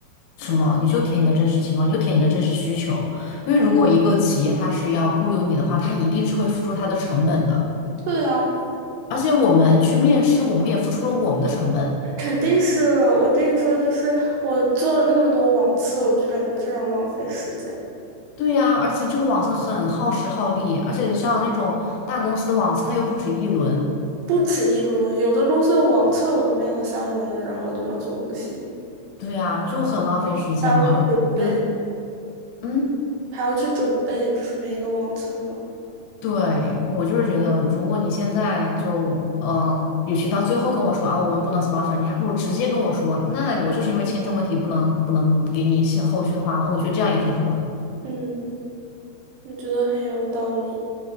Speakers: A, on the left; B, on the right.
A: 什么，你就填你的真实情况，你就填你的真实需求，因为如果一个企业它是要雇佣你的话，它一定是会付出它的成本的，
B: 对啊，
A: 而且我们去面试，我们也付出了我们的成本。
B: 肯定是我跟你说，就是我做了那么多网测，我就感觉非常浪费时间。
A: 对呀，而且这个网测很耗时耗力，而且像那种大公司的网测，它又不止一轮，
B: 不止一轮，有的公司的网测我都面了三轮了，然后我就告诉我不行，
A: 对呀，就很浪费时间嘛，
B: 还要去准备，
A: 就觉得嗯。
B: 还要去准备，就是每一个网测嘛。
A: 对，我就是觉得，如果你现在就呃，与其到最后跟我说啊，我们不能 sponsor，你还不如直接跟我说，那我就是因为签证问题不能不能给你下后续的话，我觉得这样也挺好的。
B: 嗯，我觉得很有道理。